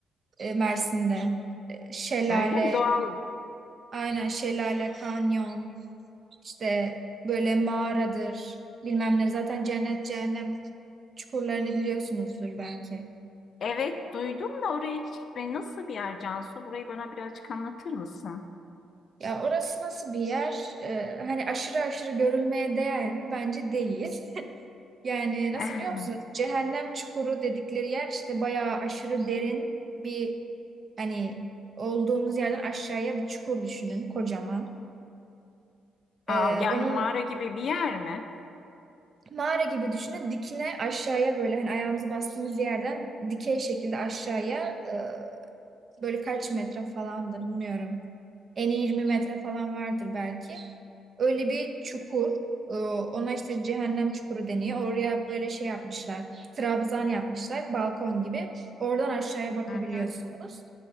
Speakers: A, on the right; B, on the left.
A: e, Mersin'de. Ee, Şelale,
B: Öyle mi? Doğal
A: Aynen şelale, kanyon, işte böyle mağaradır, bilmem ne. Zaten cennet, cehennem çukurlarını biliyorsunuzdur belki.
B: Evet duydum da oraya hiç gitmeyi nasıl bir yer Cansu? Burayı bana birazcık anlatır mısın?
A: Ya orası nasıl bir yer? Ee, hani aşırı aşırı görülmeye değer mi? Bence değil. Yani
B: <laughs>
A: nasıl biliyor musunuz? Cehennem çukuru dedikleri yer işte bayağı aşırı derin bir hani olduğumuz yerden aşağıya bir çukur düşünün kocaman. Ee,
B: Aa, yani
A: onun
B: mağara gibi bir yer mi?
A: mağara gibi düşünün. Dikine aşağıya böyle hani ayağımızı bastığımız yerden dikey şekilde aşağıya e, Böyle kaç metre falandır bilmiyorum. Eni iyi 20 metre falan vardır belki. Öyle bir çukur. e, Ona işte cehennem çukuru deniyor. Oraya böyle şey yapmışlar. Trabzan yapmışlar. Balkon gibi. Oradan aşağıya bakabiliyorsunuz.
B: Hı hı.